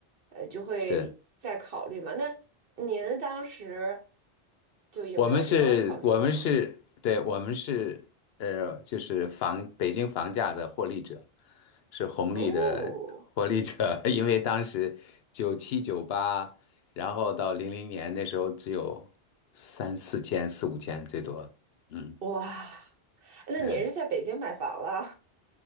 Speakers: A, on the right; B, on the left.
A: 呃，就会再考虑嘛。
B: 是
A: 那您当时就也没有没有考虑过吗？
B: 我们是，我们是，对，我们是，呃，就是房北京房价的获利者，是红利的获利者，
A: 哦，
B: <laughs> 因为当时九七九八，九八然后到零零年那时候只有三四千、四五千最多。嗯，
A: 哇，那你是在北京买房了？
B: 对。